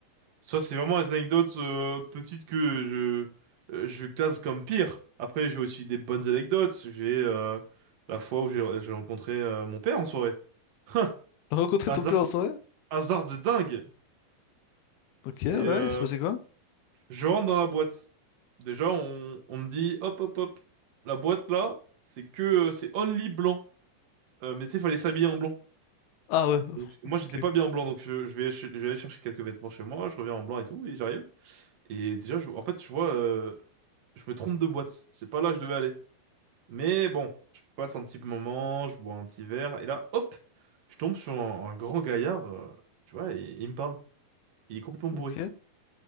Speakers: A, on the right; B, on the left.
A: Ça, c'est vraiment les anecdotes euh, petites que je, euh, je classe comme pire. Après, j'ai aussi des bonnes anecdotes. J'ai euh, la fois où j'ai j'ai rencontré euh, mon père en soirée. Hein,
B: T'as rencontré
A: Hasard,
B: ton père en soirée?
A: hasard de dingue.
B: Ok,
A: C'est,
B: ouais,
A: euh,
B: il s'est passé quoi?
A: je rentre dans la boîte. Déjà, on, on me dit, hop, hop, hop. La boîte là, c'est que, euh, c'est only blanc. Euh, mais tu sais, fallait s'habiller en blanc.
B: Ah ouais,
A: Donc, moi,
B: ok,
A: j'étais
B: ok,
A: pas bien en blanc, donc je, je vais, je vais aller chercher quelques vêtements chez moi. Je reviens en blanc et tout, et j'arrive. Et déjà, je- en fait, je vois, euh, je me trompe de boîte. C'est pas là que je devais aller. Mais bon, je passe un petit moment, je bois un petit verre, et là, hop, je tombe sur un, un grand gaillard, euh, tu vois, et il me parle. Il est complètement bourré.
B: ok.